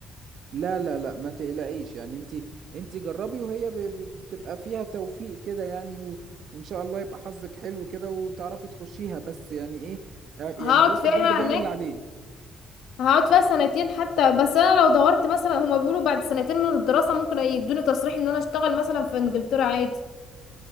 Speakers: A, on the right; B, on the left.
A: لا لا لا ما تقلقيش يعني انت انت جربي وهي ب- ب- بتبقى فيها توفيق كده يعني و وان شاء الله يبقى حظك حلو كده وتعرفي تخشيها بس يعني ايه يعني
B: هقعد
A: الواحد
B: فيها
A: برضه بيعمل
B: هناك
A: اللي عليه
B: هقعد فيها سنتين حتى بس انا لو دورت مثلا هما بيقولوا بعد سنتين من الدراسة ممكن يدوني تصريح ان انا اشتغل مثلا في انجلترا عادي